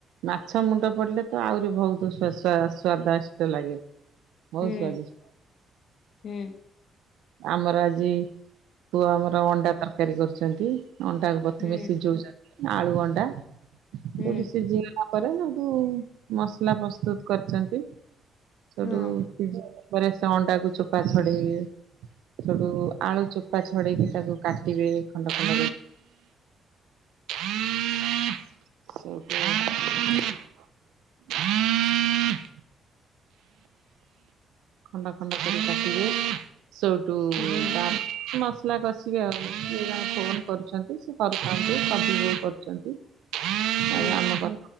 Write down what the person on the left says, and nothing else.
ହୁଁ
ହୁଁ
ହୁଁ
ହୁଁ
ହଁ
ହୁଁ
ହୁଁ।